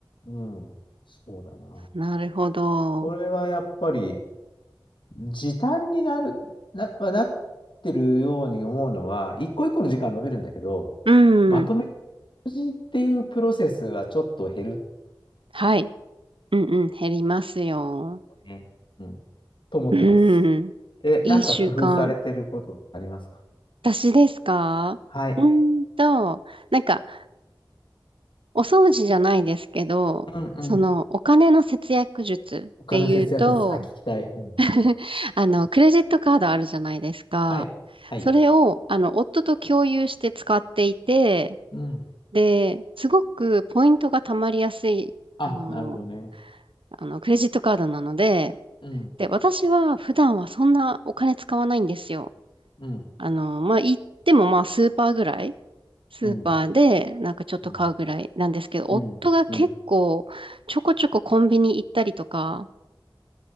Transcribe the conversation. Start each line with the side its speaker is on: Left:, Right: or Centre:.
Left: うん、そうだな。
Right: なるほど。
Left: これはやっぱり時短になる、な、まあなってるように思うのは、一個一個の時間伸びるんだけど、
Right: う
Left: まとめ
Right: ん。
Left: 掃除っていうプロセスはちょっと減る
Right: はい。うんうん、減りますよ。
Left: とね。うん。と思ってます。
Right: うん。
Left: え、
Right: いい習慣。
Left: なんか工夫されてることありますか
Right: 私ですかうーんと、
Left: はい。
Right: なんか、お掃除じゃないですけど、
Left: うんうん。
Right: その、お金の節約術っていうと、
Left: お金節約術、あ、聞きたい。うん。
Right: <laughs> あの、クレジットカードあるじゃないですか。
Left: はい。はい。
Right: それを、あの、夫と共有して使っていて、
Left: うん。
Right: で、すごくポイントが貯まりやすい、
Left: あ、
Right: あの、
Left: なるほどね。
Right: あの、クレジットカードなので、
Left: うん。
Right: で、私は普段はそんなお金使わないんですよ。
Left: うん。
Right: あの、まあ、行ってもまあスーパーぐらい、スーパーでなんかちょっと買うぐらいなんですけど、
Left: うん。うん。
Right: 夫が結構ちょこちょこコンビニ行ったりとか、
Left: うん。うん。